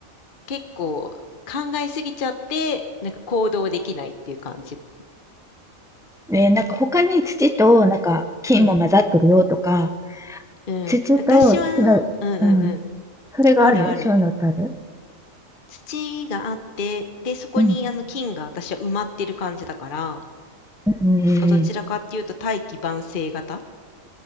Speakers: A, on the left (about 45°); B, in the centre.
A: 結構考えすぎちゃって、なんか行動できないっていう感じ。
B: ね、なんか他に土となんか金も混ざってるよとか、
A: うん。うん。
B: 土とその、
A: 私は、うんうんうん。
B: うん、それがあるそういうのってある
A: あるある。土があって、で、そこにあの菌が私は埋まってる感じだから、
B: うん、
A: な
B: うんうんうん
A: んかどちらかっていうと大器晩成型